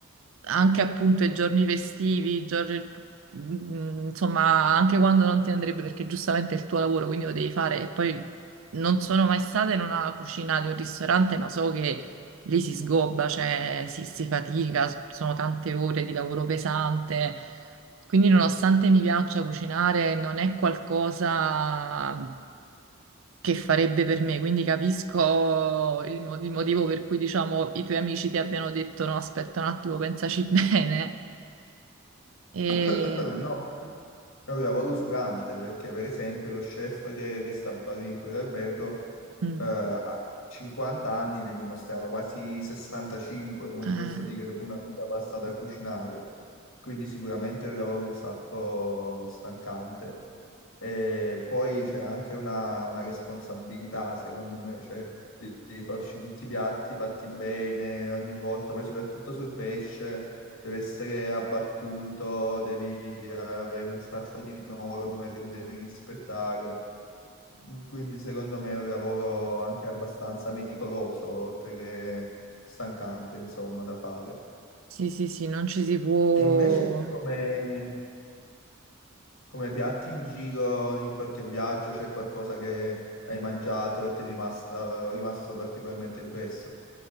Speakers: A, on the right; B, on the left.
A: anche appunto i giorni festivi, i giorni- mm, insomma, anche quando non ti andrebbe perché giustamente è il tuo lavoro, quindi lo devi fare. E poi non sono mai stata in una cucina di un ristorante, ma so che lì si sgobba, cioè si, si fatica, sono tante ore di lavoro pesante. Quindi nonostante mi piaccia cucinare, non è qualcosa che farebbe per me, quindi capisco il, mo- il motivo per cui, diciamo, i tuoi amici ti abbiano detto no, aspetta un attimo, pensaci <laughs> bene. E...
B: <laughs> <clears throat> No, È un lavoro usurante perché, per esempio, lo chef che, che stava lì in quell'albergo
A: mm,
B: eh, a 50 anni ne dimostrava quasi 65, come
A: eh,
B: ti posso dire, dopo una vita passata a cucinare. Quindi sicuramente è un lavoro un sacco stancante. E poi c'è anche una, una responsabilità, secondo me, cioè di, di far uscire tutti i piatti fatti bene ogni volta, poi soprattutto sul pesce deve essere abbattuto, devi eh, avere un sacco di norme che devi rispettare. Quindi secondo me è un lavoro anche abbastanza meticoloso, oltre che stancante, insomma, da fare.
A: sì, sì, sì, non ci si può...
B: E invece tu come, come piatti in giro, in qualche viaggio, c'è qualcosa che hai mangiato e ti è rimasta- rimasto particolarmente impresso?